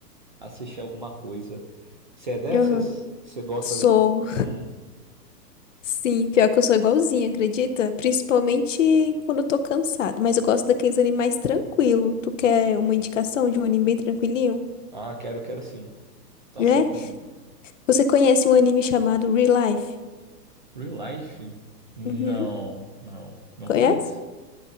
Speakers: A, on the right (about 30°); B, on the left (about 50°).
A: assistir alguma coisa. Você é dessas?
B: Aham.
A: Você gosta?
B: Sou.
A: Hum,
B: Sim, pior que eu sou igualzinha, acredita? Principalmente quando eu tô cansado. Mas eu gosto daqueles animes mais tranquilo. Tu quer uma indicação de um anime bem tranquilinho?
A: ah, quero, quero sim. Tô
B: Né?
A: aceitando.
B: Você conhece um anime chamado Real Life?
A: Real Life? Não,
B: Uhum.
A: não, não
B: Conhece?
A: conheço.